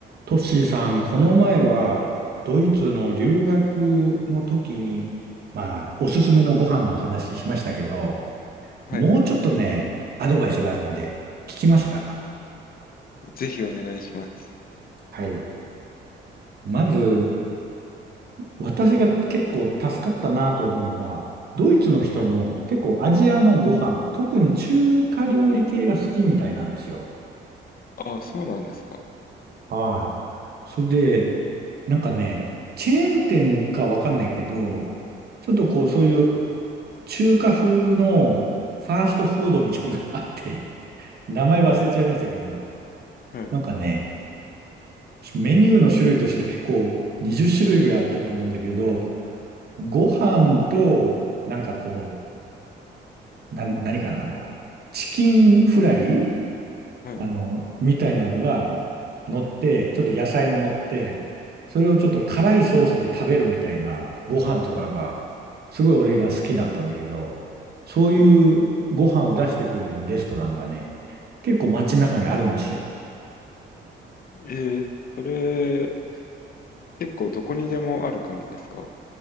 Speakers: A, on the right; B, on the left.
A: トッシーさん、この前はドイツの留学の時に、まあ、おすすめのご飯の話しましたけど、
B: はい。
A: もうちょっとね、アドバイスがあるんで、聞きますか
B: ぜひお願いします。
A: はい。まず、私が結構助かったなと思うのは、ドイツの人も結構アジアのご飯、
B: はい。
A: 特に中華料理系が好きみたいなんですよ。
B: あ、そうなんですか。
A: はい。それで、なんかね、チェーン店かわかんないけど、ちょっとこう、そういう中華風のファーストフードみたいなのがあって、名前忘れちゃいましたけど、
B: はい。
A: なんかね、メニューの種類としては結構20種類ぐらいあったと思うんだけど、ご飯と、なんかこう、な、何かな、あれは。チキンフライ
B: はい。
A: あの、みたいなのが乗って、ちょっと野菜も乗って、それをちょっと辛いソースで食べるみたいなご飯とかが、すごい俺が好きだったんだけど、そういうご飯を出してくれるレストランがね、
B: はい。
A: 結構街中にあるんですよ。
B: えー、それ、結構どこにでもある感じですか